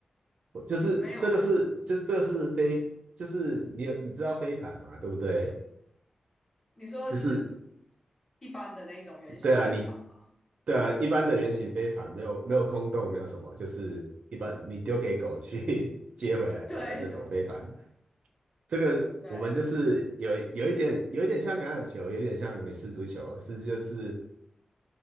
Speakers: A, on the right; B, on the left.
A: 我就是这个是这这个是飞，
B: 没有诶、
A: 就是你有你知道飞盘嘛，对不对？
B: 你说就是
A: 就是
B: 一般的那一种圆形飞盘吗？
A: 对啊，你对啊，一般的圆形飞盘没有没有空洞，没有什么，就是一般你丢给狗去 <laughs> 接回来的那种飞盘。
B: <laughs> 对对
A: 这个我们就是有有一点有一点像橄榄球，
B: 对，
A: 有一点像美式足球，是就是